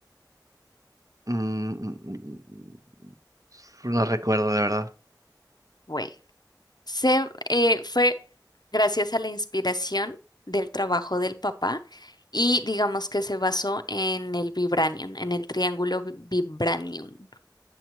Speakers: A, on the right; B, on the left.
A: mm, mm, mm, mm, no recuerdo, la verdad.
B: Bueno. Se, eh, fue gracias a la inspiración del trabajo del papá y digamos que se basó en el vibranium, en el triángulo vi- vibranium.